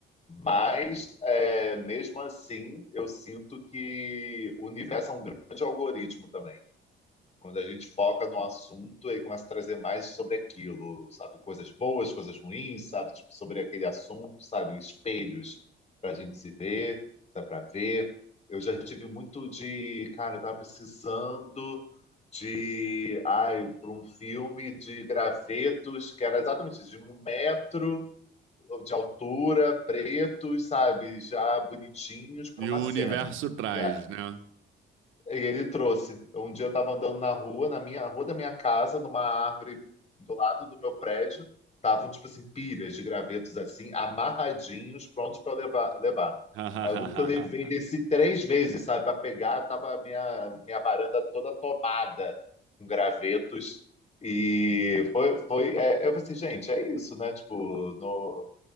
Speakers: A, on the left; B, on the right.
A: Mas, é, mesmo assim, eu sinto que o universo é um grande algoritmo também. Quando a gente foca no assunto e começa a trazer mais sobre aquilo, sabe? Coisas boas, coisas ruins, sabe? Tipo, sobre aquele assunto, sabe? Espelhos para a gente se ver, para ver. Eu já tive muito de, cara, eu tava precisando de, ai, para um filme de gravetos, que era exatamente isso, de um metro de altura, pretos, sabe, já bonitinhos para
B: E
A: uma
B: o
A: cena.
B: universo traz,
A: E, a-
B: né?
A: e ele trouxe. Um dia eu estava andando na rua, na minha a rua da minha casa, numa árvore do lado do meu prédio, estavam tipo assim pilhas de gravetos assim, amarradinhos, prontos para levar, levar.
B: <laughs>
A: Aí eu lembro que eu levei desci três vezes, sabe, para pegar, tava a minha minha varanda toda tomada com gravetos. E foi, foi é, eu falei assim, gente, é isso, né? Tipo, no,